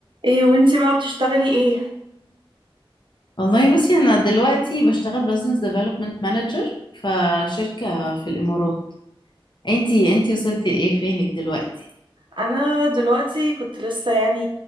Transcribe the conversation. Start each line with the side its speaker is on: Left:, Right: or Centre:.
Right: ايه وانتي بقى بتشتغلي ايه
Left: والله بصي انا دلوقتي بشتغل بزنس ديفلوبمنت مانجر فشركة في الامارات انتي انتي وصلتي لايه فينك دلوقتي
Right: انا دلوقتي كنت لسه يعني